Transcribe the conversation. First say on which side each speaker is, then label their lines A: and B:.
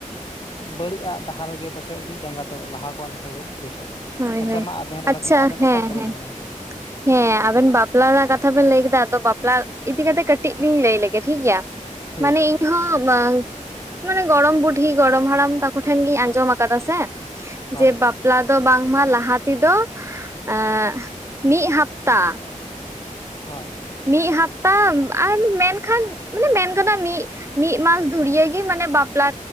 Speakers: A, on the left (about 35°); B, on the right (about 20°).
A: ᱵᱟᱹᱲᱤᱡ ᱟᱜ ᱰᱟᱦᱟᱨ ᱨᱮᱜᱮ ᱯᱟᱥᱮᱡ ᱢᱤᱜ ᱡᱟᱸᱜᱟ ᱫᱚ ᱞᱟᱦᱟ ᱠᱟᱱ ᱞᱮᱠᱟ ᱜᱮ ᱵᱩᱡᱷᱟᱹᱜᱼᱟ᱾
B: ᱦᱳᱭ
A: ᱟᱪᱪᱷᱟ
B: ᱦᱳᱭ
A: ᱢᱟ ᱟᱵᱮᱱ ᱨᱚᱲ
B: ᱟᱪᱪᱷᱟ
A: ᱵᱮᱱ ᱟᱵᱮᱱ
B: ᱦᱮᱸ
A: ᱚᱠᱟ ᱞᱮᱠᱟᱵᱮᱱ
B: ᱦᱮᱸ
A: ᱢᱚᱱᱮᱭᱟ?
B: ᱦᱮᱸ ᱟᱵᱮᱱ ᱵᱟᱯᱞᱟ ᱨᱮᱱᱟᱜ ᱠᱟᱛᱷᱟ ᱵᱮᱱ ᱞᱟᱹᱭ ᱠᱮᱫᱟ ᱵᱟᱯᱞᱟ ᱤᱫᱤ ᱠᱟᱛᱮᱜ ᱠᱟᱹᱴᱤᱡ ᱞᱤᱧ ᱞᱟᱹᱭ ᱞᱮᱜᱮ ᱴᱷᱤᱠᱜᱮᱭᱟ᱾
A: ᱴᱷᱤᱠ
B: ᱢᱟᱱᱮ ᱤᱧᱦᱚᱸ ᱢᱟᱹ ᱢᱟᱱᱮ ᱜᱚᱲᱚᱢ ᱵᱩᱰᱷᱤ ᱜᱚᱲᱚᱢ ᱦᱟᱲᱟᱢ ᱛᱟᱠᱚ ᱴᱷᱮᱱ ᱜᱤᱧ ᱟᱸᱡᱚᱢ ᱟᱠᱟᱫᱟ ᱥᱮ
A: ᱦᱳᱭ
B: ᱡᱮ ᱵᱟᱯᱞᱟ ᱫᱚ ᱵᱟᱝᱢᱟ ᱞᱟᱦᱟ ᱛᱮᱫᱚ ᱮᱸᱜ ᱢᱤᱜ ᱦᱟᱯᱛᱟ
A: ᱦᱳᱭ
B: ᱢᱤᱫ ᱦᱟᱯᱛᱟ ᱟᱨ ᱢᱮᱱᱠᱷᱟᱱ ᱢᱟᱱᱮ ᱢᱮᱱ ᱜᱟᱱᱚᱜᱼᱟ ᱢᱤᱫ ᱢᱤᱫ ᱢᱟᱥ ᱫᱷᱩᱨᱭᱟᱹᱜᱤ ᱢᱟᱱᱮ ᱵᱟᱯᱞᱟ